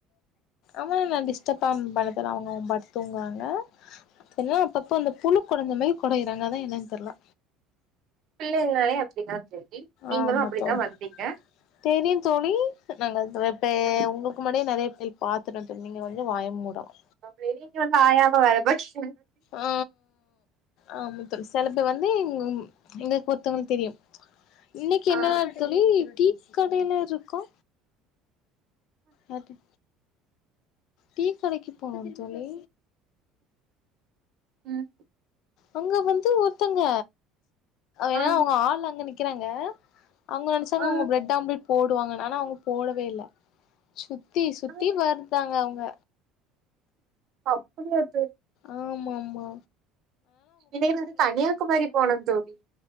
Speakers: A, on the left (about 65°); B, on the right (about 55°).
A: அமே நா டிஸ்டப்பாம் பண்ண தேவ்ல அவங் அவு பாட்டு தூங்குவாங்க தென்னா அப்பப்ப அந்த பூன கொடஞ்ச மயி கொடையிறாங்க அதா என்னன் தெர்ல
B: பிள்ளைங்னாலே அப்டிதா ஜோகி நீங்களு
A: ஆமா
B: அப்புடிதா
A: தோழி
B: வந்தீங்க
A: தெரியு தோழி நாங்க அதுரப்பயே
B: ம்
A: உங்ளுக் மடே நெறைய ஃபை பாத்துடத்து நீங்க வந்து வாய மூடலா
B: அப்லே நீங்க வந்து ஆயாம்மா வேல பக் ஷ
A: ஆ ஆம செலப்பெ வந்து இங்கும் எங்கக்கு ஒர்த்தவ்ங்ள் தெரியு இன்னக்கி என்னா
B: ஆ
A: தோழி டீ கடைல இருக்கோ யாட்டு டீ கடக்கி போனோ தோழி
B: ம்
A: அங்க வந்து ஒர்த்தங்க எனா
B: ஆ
A: அவுங்க ஆள் அங்க நிக்கிறாங்க அவுங்க நெனச்சாங்க
B: ஆ
A: அவுங்க பிரெட் ஆம்லெட் போடுவாங்கனு அனா அவுங்க போடவே இல்ல சூ தி சுத்தி
B: ஆ
A: வர்தாங்க அவுங்க
B: அப்புடியாத்
A: ஆமாம்மா
B: இதே மாரி கனியாகுமரி போனோ தோழி